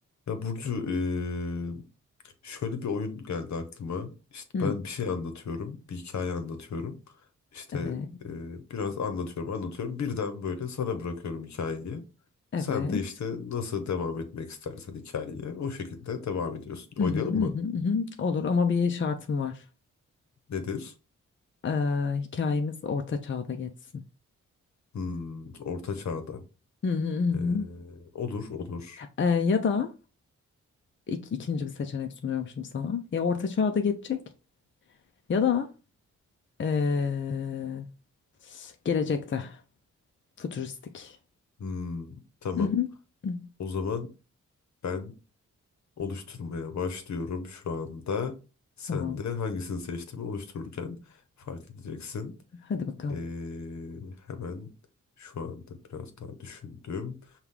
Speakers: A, on the left; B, on the left.
A: Ya Burcu eee, şöyle bir oyun geldi aklıma. İşte
B: Hı,
A: ben bir şey anlatıyorum, bir hikaye anlatıyorum. İşte
B: evet.
A: eee, biraz anlatıyorum, anlatıyorum. Birden böyle sana bırakıyorum hikayeyi.
B: Evet.
A: Sen de işte nasıl devam etmek istersen hikayeye o şekilde devam ediyorsun.
B: Hı
A: Oynayalım
B: hı, hı
A: mı?
B: hı, hı hı. Olur ama bir şartım var.
A: Nedir?
B: Ee, hikayemiz orta çağda geçsin.
A: Hmm, Orta Çağ'da.
B: Hı hı, hı hı.
A: Eee, olur, olur.
B: Ee, ya da ik- ikinci bir seçenek sunuyorum şimdi sana. Ya orta çağda geçecek ya da ee, gelecekte fütüristik.
A: Hmm, tamam.
B: Hı hı, hı.
A: O zaman ben oluşturmaya başlıyorum şu anda. Sen
B: Tamam.
A: de hangisini seçtiğimi oluştururken fark edeceksin.
B: Hadi bakalım.
A: Ee, hemen şu anda biraz daha düşündüm.